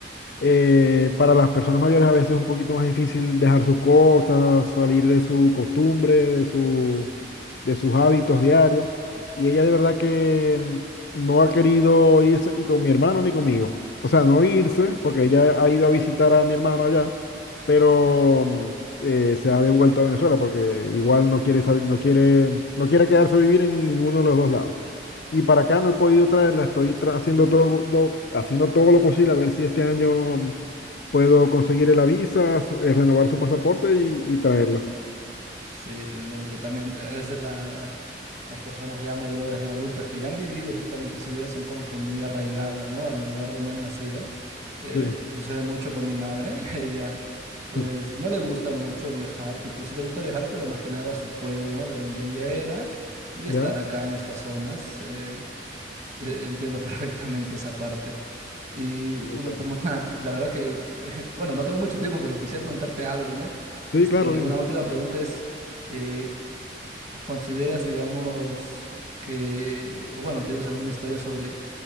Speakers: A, on the left; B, on the right.
A: eh, para las personas mayores a veces es un poquito más difícil dejar sus cosas, salir de su costumbre, de su, de sus hábitos diarios. Y ella de verdad que mm, no ha querido irse ni con mi hermano ni conmigo. O sea, no irse, porque ella ha ido a visitar a mi hermano allá, pero mm, eh, se ha devuelto a Venezuela porque igual no quiere, sal- no quiere, no quiere quedarse a vivir en ninguno de los dos lados. Y para acá no he podido traerla, estoy tra- haciendo todo lo, haciendo todo lo posible a ver si este año puedo conseguir la visa, s- eh, renovar su pasaporte y, y traerla.
B: Sí, te entiendo completamente. A veces la- las personas ya mayores, no adultas, que ya han vivido justamente su vida, son como que muy arraigadas, ¿no? Al lugar donde han nacido. Eh,
A: Sí.
B: sucede mucho con mi madre. <laughs> Ella, pues,
A: Mm.
B: no le gusta mucho viajar. Tipo, sí le gusta viajar, pero más que nada a su pueblo, ¿no? De donde ella era y
A: ¿Ya?
B: estar acá en estas zonas. Eh, eh, Entiendo perfectamente esa parte. Y
A: Sí,
B: uno
A: claro.
B: como una, la verdad que, eh, <laughs> bueno, no tengo mucho tiempo, pero quisiera preguntarte algo, ¿no?
A: Sí,
B: Este,
A: claro, dime.
B: una última pregunta es, eh, ¿consideras, digamos, que, o bueno, tienes alguna historia sobre